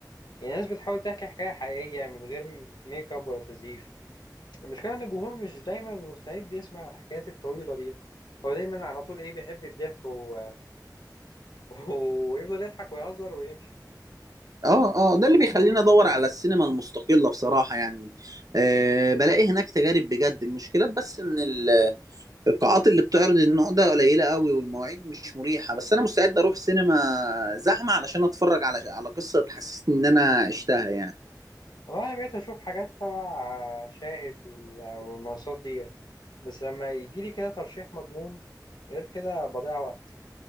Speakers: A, on the left; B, on the right.
A: يعني الناس بتحاول تحكي حكايه حقيقيه من غير م- ميك اب ولا تزييف المشكله ان الجمهور مش دايما مستعد يسمع الحكايات الطويله ديت هو دايما على طول ايه بيحب الضحك و... <laughs> ويفضل يضحك ويهزر ويمشي
B: اه اه ده اللي بيخليني ادور على السينما المستقلة بصراحة يعني أه بلاقي هناك تجارب بجد المشكلة بس ان ال- القاعات اللي بتعرض النوع ده قليلة قوي والمواعيد مش مريحة بس أنا مستعد أروح سينما زحمة علشان أتفرج على على قصة تحسسني إن أنا عشتها يعني
A: والله انا بقيت اشوف حاجات تبع شاهد وال- والمنصات ديت بس لما يجي لي كده ترشيح مضمون غير كده بضيع وقت